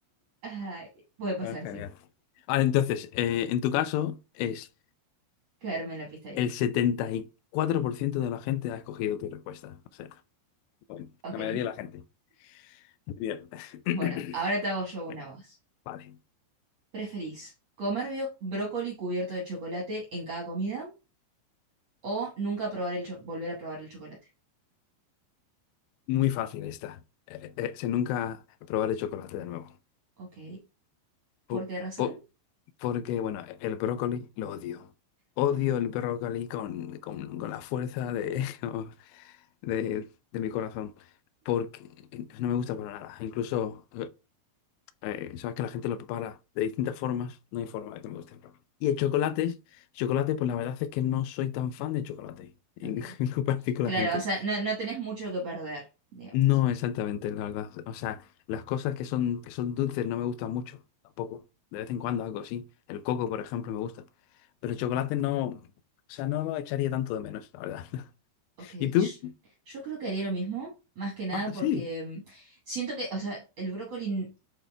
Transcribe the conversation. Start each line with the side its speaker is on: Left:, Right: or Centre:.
Right: Ay, puede pasar,
Left: Ah, genial.
Right: sí.
Left: Vale, entonces, eh, en tu caso es
Right: Caerme en la pista de
Left: el
Right: hielo.
Left: 74% de la gente ha escogido tu respuesta. Bueno,
Right: Ok.
Left: La mayoría de la gente. <coughs> Bien. <clears throat>
Right: Bueno, ahora te hago yo una voz.
Left: Vale.
Right: ¿Preferís comer bio- brócoli cubierto de chocolate en cada comida? O nunca probar el cho- volver a probar el chocolate.
Left: Muy fácil esta. Eh, eh, si nunca probar el chocolate de nuevo.
Right: Ok.
Left: Po-
Right: ¿Por qué razón?
Left: po- porque, bueno, el brócoli lo odio. Odio el brócoli con, con- con la fuerza de... <laughs> de, de mi corazón, porque no me gusta para nada. Incluso, eh, eh, sabes que la gente lo prepara de distintas formas, no hay forma de que me guste. pero- Y el chocolates, chocolate, pues la verdad es que no soy tan fan de chocolate, en,
Right: Ok.
Left: <laughs> en comparación con
Right: Claro,
Left: la gente.
Right: o sea, no, no tenés mucho que perder, digamos.
Left: No exactamente, la verdad. O sea, las cosas que son, que son dulces no me gustan mucho, tampoco. De vez en cuando algo así. El coco, por ejemplo, me gusta. Pero el chocolate no, o sea, no lo echaría tanto de menos, la verdad. <laughs>
Right: Ok.
Left: ¿Y tú?
Right: sh- Yo creo que haría lo mismo, más que nada
Left: Ah,
Right: porque
Left: sí.
Right: mm, siento que, o sea, el brócoli n-